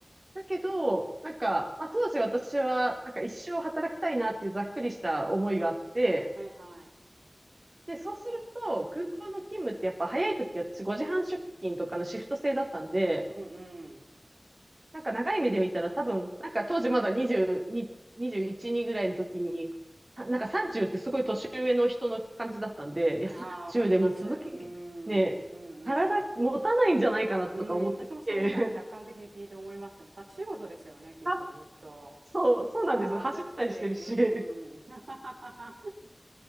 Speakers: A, on the right (about 35°); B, on the right (about 85°).
A: だけど、なんか、まあ、当時私は、なんか一生働きたいなっていうざっくりした思いがあって、
B: はいはい。
A: で、そうすると、空港の勤務ってやっぱ早い時私5時半出勤とかのシフト制だったんで、
B: うんうん。
A: なんか長い目で見たら多分、なんか当時まだ22、21、2ぐらいの時に、さなんか30ってすごい年上の人の感じだったんで、いや、
B: ああ、
A: 30でもう続き
B: わかります。うん、
A: ね、
B: うん、
A: 体持たないんじゃないかなとか思ってきて、
B: うん。うん、私もそれ今客観的に聞いて思いましたね。立ち仕事ですよね、
A: <laughs>
B: きっとずっと。
A: あそう、そうなんです。
B: ああ、
A: 走ったりしてるし。
B: じゃあきつい。うんうん。<laughs>